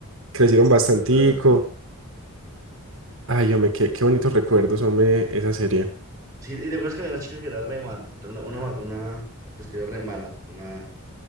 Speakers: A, on the right; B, on the right.
A: crecieron
B: sí,
A: bastantico.
B: es verdad, es verdad.
A: Ay, hombre, qué, qué bonitos recuerdos, hombre, esa serie.
B: Sí, y recuerdas que había una chica que era re ma- una, una, ma- una, pues que era re mala, una